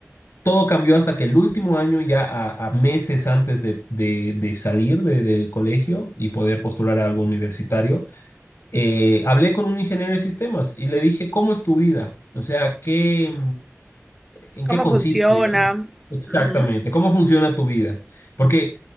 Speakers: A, on the left (about 70°); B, in the centre.
A: todo cambió hasta que el último año, ya a, a meses antes de, de- de salir de- del colegio y poder postular a algo universitario, eh, hablé con un ingeniero de sistemas y le dije, ¿cómo es tu vida? O sea, ¿qué? ¿En
B: ¿Cómo
A: qué consiste,
B: funciona?
A: digamos? Exactamente.
B: Ujú.
A: ¿Cómo funciona tu vida? Porque